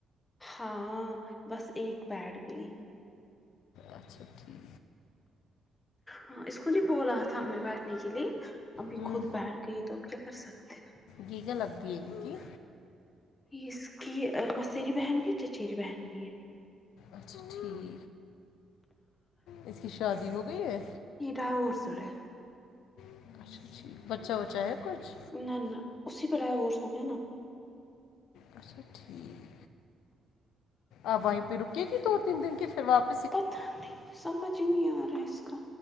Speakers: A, on the left (about 20°); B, on the left (about 80°).
A: ہاں بس ایک بیٹھ گئی
B: اچھا ٹھیک
A: ہاں اس کو نہیں بولا تھا ہم نے بیٹھنے کے لیے ابھی
B: ہوں
A: خود بیٹھ گئی تو اب کیا کر سکتے ہو
B: گیگا لگتی ہے ان کی
A: اس کی مسیری بہن بھی چچیری بہن بھی ہے
B: اچھا ٹھیک اس کی شادی ہو گئی ہے
A: یہ ڈاورسورے
B: اچھا بچہ وچہ ہے کچھ
A: نہ نہ اسی پہ ڈائیورسو ہوگیا نا
B: اچھا ٹھیک آپ وہیں پہ رکے گی دو تین دن کے پھر واپ
A: پتہ نہیں سمجھ ہی نہیں آ رہا اس کا